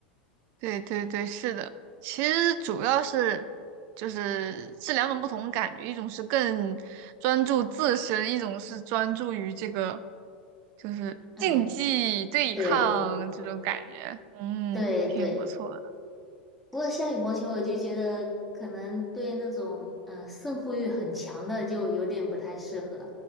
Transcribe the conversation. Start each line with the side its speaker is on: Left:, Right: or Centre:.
Right: 对对对，是的。其实主要是就是是两种不同的感觉，一种是更专注自身，一种是专注于这个就是竞技对抗这种感觉。
Centre: 嗯、对
Right: 嗯，
Centre: 对对。
Right: 挺不错的
Centre: 不过像羽毛球，我就觉得可能对那种嗯、呃胜负欲很强的就有点不太适合，